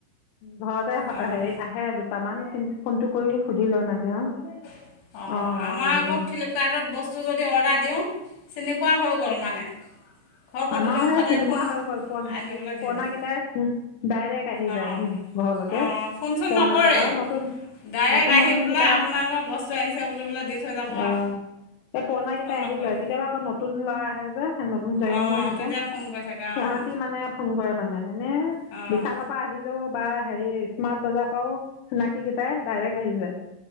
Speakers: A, on the left; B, on the left.
A: ঘৰতে
B: অঁ
A: হেৰি আহে দুটামান কিন্ত ফোনটো কৰি সুধি লয় মানে আৰু।
B: অ',
A: অঁ
B: আমাৰ
A: অঁ
B: আকৌ ফ্লিপকাৰ্টত বস্তু যদি অৰ্ডাৰ দিওঁ চিনি পোৱা হৈ গ'ল মানে। ঘৰৰ পদূলিমুখতে
A: আমাৰোহে চিনি
B: ফোন
A: পোৱা হৈ গ'ল পোন
B: আহিবলৈ দি
A: পূৰণা
B: দিয়ে
A: কেইটাই ডাইৰেক্ট আহি
B: অঁ
A: যায় মানে। ঘৰলৈকে,
B: অঁ ফোন চোন
A: পুৰণা
B: নকৰেই
A: দুটাও নতুন,
B: ডাইৰেক্ট
A: নতুন,
B: আহি
A: নতুন
B: বোলে
A: কেইটাই
B: আপোনালোকৰ
A: হে
B: বস্তু আহিছে বুলি বোলে দি থৈ যাব
A: অ',
B: আৰু
A: এই পুৰণা কেইটাই
B: ফোন নকৰে
A: আহি যায়, কেতিয়াবা আকৌ নতুন ল'ৰা আহে যে। নতুন জইনিং
B: অঁ
A: হৈ থাকে,
B: তেতিয়া ফোন কৰি থাকে
A: সিহঁতি
B: অঁ
A: মানে ফোন কৰে মানে। এনে
B: অঁ
A: বিশালৰ পৰা আহিলেও বা হেৰি স্মাৰ্ট বজাৰ পৰাও চিনাকি কেইটাই ডাইৰেক্ট আহি যায়,